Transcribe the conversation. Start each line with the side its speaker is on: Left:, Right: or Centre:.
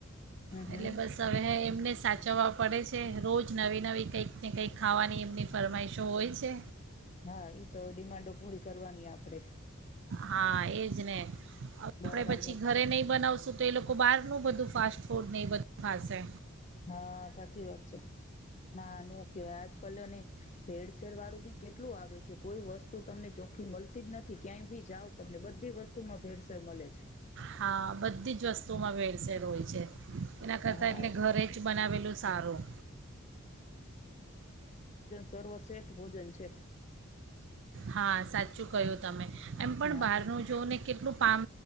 Left: હમ
Right: એટલે
Left: હમ
Right: બસ હવે હ એમને સાચવવા પડે છે રોજ નવી નવી કંઈક ને કંઈક ખાવાની એમની ફરમાઈશો હોય છે
Left: હા એ તો ડિમાન્ડો પૂરી કરવાની આપડે
Right: હા એજ ને હવે આપડે
Left: બરાબર
Right: પછી ઘરે
Left: છે
Right: નહી બનાવશું તો એ લોકો બહાર ન બધું ફાસ ફૂડ નહી બધું ખાસે
Left: હા સાચી વાત છે ના નો કેવાય આજ કલ અને ભેર શેર વાળું બી કેટલું આવે કોઈ વસ્તુ તમને ચોખ્ખી મળતી જ નથી થી ક્યાંય ભી જાાવ તમને બધી વસ્તુ બધું માં ભેળસેળ મળે છે
Right: હા બધી જ વસ્તુમાં વેળસે હોય છે એના કરતા
Left: હા
Right: એટલે ઘરે જ બનાવેલું સારું
Left: સર્વ શ્રેષ્ઠ ભોજન છે
Right: હા સાચું કહ્યું તમે. એમ પણ
Left: હા
Right: બહારનું જોઓને કેટલું પામ